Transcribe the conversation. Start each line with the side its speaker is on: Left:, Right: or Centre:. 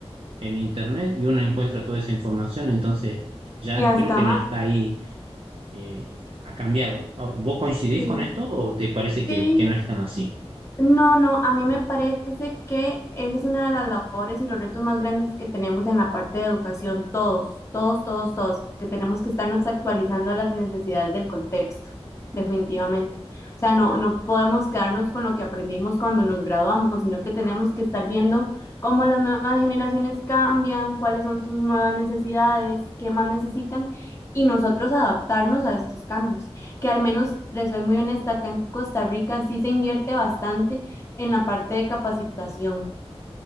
Right: en internet y uno encuentra toda esa información, entonces ya
Left: Y hasta
Right: creo que
Left: más,
Right: no está ahí, eh, ha cambiado. Ah, ¿Vos coincidís
Left: sí,
Right: con esto o te parece que,
Left: sí.
Right: que no es tan así?
Left: No, no, a mí me parece que esa es una de las labores y los retos más grandes que tenemos en la parte de educación, todos, todos, todos, todos, que tenemos que estarnos actualizando a las necesidades del contexto, definitivamente. O sea, no, no podemos quedarnos con lo que aprendimos cuando nos graduamos, sino que tenemos que estar viendo cómo las nuevas generaciones cambian, cuáles son sus nuevas necesidades, qué más necesitan y nosotros adaptarnos a estos cambios que al menos, les soy muy honesta, acá en Costa Rica sí se invierte bastante en la parte de capacitación.